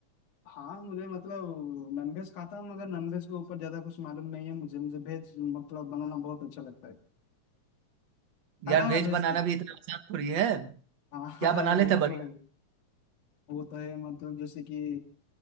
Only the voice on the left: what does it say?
हाँ मुझे मतलब नॉनवेज खाता हूँ मगर नॉनवेज के ऊपर ज्यादा कुछ मालूम नहीं है मुझे मुझे वेज मतलब बनाना बहुत अच्छा लगता है खाता
है
ना वेज
तो
हाँ हाँ,
अरे
वो
तो है वो तो है मतलब जैसे कि